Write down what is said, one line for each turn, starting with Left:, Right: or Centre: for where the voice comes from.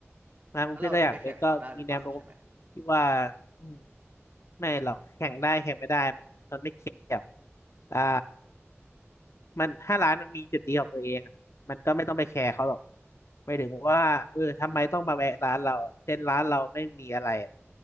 Left: ร้านบุฟเฟ่ต์สยามเยอะก็มีแนวโน้ม
Right: แล้วเราจะไปแข่งเขาได้หรือเปล่าใช่ไหม
Left: ที่ว่าอืมไม่หรอกแข่งได้แข่งไม่ได้มันมันไม่เกี่ยวอ่ามันถ้าร้านมันมีจุดดีของตัวเองอะมันก็ไม่ต้องไปแคร์เขาหรอกไปถึงว่าเออทำไมต้องมาแวะร้านเราเช่นร้านเราไม่มีอะไรอะ
Right: อือฮึ